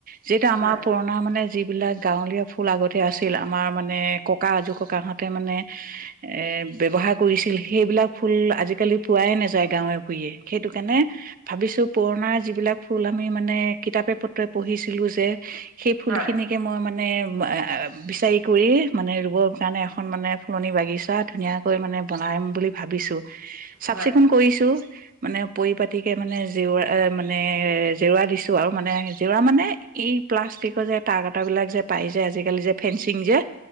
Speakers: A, on the right; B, on the right.
A: যিহেতু আমাৰ
B: হয়
A: পুৰণা মানে যিবিলাক গাৱলীয়া ফুল আগতে আছিল আমাৰ মানে ককা আজোৰ ককাহতে মানে ব ব্যৱহাৰ কৰিছিল সেইবিলাক ফুল আজিকালি পোৱাই নাযায় গাঁৱে ভুে সেইটো কাৰণে ভাবিছোঁ পুৰণা যিবিলাক ফুল আমি মানে কিতাপে পত্ৰই পঢ়িছিলো যে সেই ফুলখিনিকে
B: হয়
A: মই মানে বিচাৰি কৰি মানে ৰুবৰ কাৰণে এখন মানে ফুলনি বাগিচা ধুনীয়াকৈ মানে বনাই বনাম বুলি ভাবিছো চাফ
B: হয়
A: চিকুণ কৰিছো মানে পৰিপাতি কে মানে, জেওৰা মানে এ জেওৰা দিছো। টো আৰু মানে জেওৰা মানে, এই প্লাষ্টিকৰ যে তাৰ কটা বিলাক যে, পাই যে আজিকালি যে ফেঞ্চিং যে,